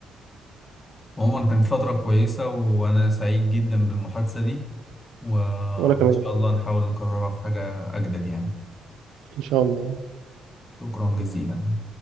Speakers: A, on the left (about 25°); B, on the right (about 85°).
A: عموما كانت فترة كويسة وأنا سعيد جدا بالمحادثة دي وإن
B: وأنا كمان
A: شاء الله نحاول نكررها في حاجة أجدد يعني
B: إن شاء الله
A: شكرا جزيلا